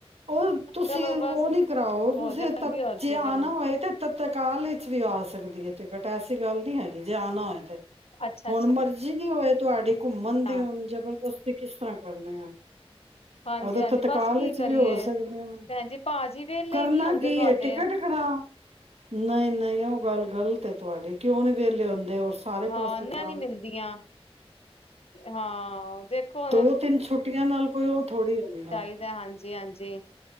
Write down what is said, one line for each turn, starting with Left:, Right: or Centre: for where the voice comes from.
Right: ਉਹ ਤੁਸੀਂ
Left: ਚਲੋ
Right: ਉਹ
Left: ਬਸ
Right: ਨੀ ਕਰਾਓ
Left: ਹੋ
Right: ਤੁਸੀਂ
Left: ਜਾਂਦੀ ਹੋਰ
Right: ਜੇ
Left: ਕੀ
Right: ਆਨਾ
Left: ਚਲੋ
Right: ਹੋਏ ਤਤਕਾਲ ਵਿੱਚ ਵੀ ਆ ਸਕਦੀ ਹੈ ਟਿਕਟ ਐਸੀ ਗੱਲ ਨਹੀਂ ਹੈਗੀ ਜੇ ਆਉਣਾ ਹੋਏ ਤੇ
Left: ਅੱਛਾ
Right: ਹੁਣ
Left: ਅੱਛਾ
Right: ਮਰਜ਼ੀ ਨਹੀਂ ਹੋਏ ਤੁਹਾਡੀ ਘੁੰਮਣ ਦੀ
Left: ਹਾਂ
Right: ਹੁਣ ਜਬਰਦਸਤੀ ਕਿਸ ਤਰ੍ਹਾਂ ਕਰਨੇ ਆ
Left: ਹਾਂਜੀ
Right: ਉਹਦੇ
Left: ਹਾਂਜੀ
Right: ਤਤਕਾਲ
Left: ਬਸ ਕੀ
Right: ਵਿੱਚ
Left: ਕਰੀਏ
Right: ਵੀ ਹੋ ਸਕਦੀਆਂ ਨੇ
Left: ਭੈਣ ਜੀ ਭਾਜੀ ਵਿਹਲੇ
Right: ਕਰਨਾ
Left: ਈ ਨੀ ਹੁੰਦੇ
Right: ਕੀ
Left: ਤੁਹਾਡੇ
Right: ਟਿਕਟ ਖਰਾ ਨਹੀਂ ਨਹੀਂ ਉਹ ਗੱਲ ਗ਼ਲਤ ਏ ਤੁਹਾਡੀ ਕਿਉਂ ਨੀ ਵਿਹਲੇ ਆਉਂਦੇ ਸਾਰੇ
Left: ਹਾਂ
Right: ਪਾਸੇ
Left: ਨਾ
Right: ਜਾਣ
Left: ਨੀ ਮਿਲਦੀਆਂ
Right: ਲ
Left: ਹਾਂ ਦੇਖੋ
Right: ਦੋ ਤਿੰਨ ਛੁੱਟੀ ਪਟੀਆਂ ਨਾਲ ਉਹ ਥੋੜ੍ਹੀ ਹੁੰਦਾ
Left: ਚਾਹੀਦਾ ਹਾਂਜੀ ਹਾਂਜੀ